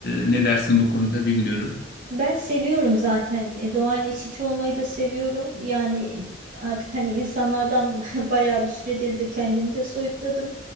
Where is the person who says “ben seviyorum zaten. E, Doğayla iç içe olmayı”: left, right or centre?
Right